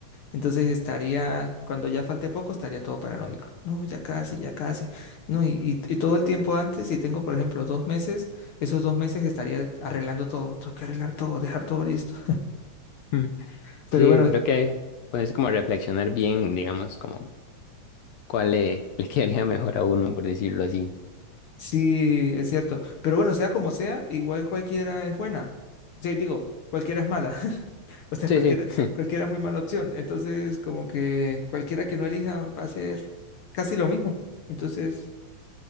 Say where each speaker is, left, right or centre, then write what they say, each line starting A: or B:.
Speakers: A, on the left (about 65°); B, on the left (about 75°).
A: Entonces estaría, cuando ya falte poco, estaría todo paranoico. No, ya casi, ya casi. No, y, y- y todo el tiempo antes, si tengo, por ejemplo, dos meses, esos dos meses estaría arreglando todo. Tengo que arreglar todo, dejar todo listo.
B: <laughs>
A: <laughs> Pero
B: Sí,
A: bueno,
B: creo que puedes como reflexionar bien, digamos, como cuál le, le <laughs> quedaría mejor a uno, por decirlo así.
A: sí, es cierto. Pero bueno, sea como sea, igual cualquiera es buena. Sí, digo, cualquiera es mala. <laughs> O sea,
B: Sí,
A: cualquiera,
B: sí,
A: cualquiera es muy mala opción. Entonces, como que cualquiera que no elija va a ser casi lo mismo. Entonces,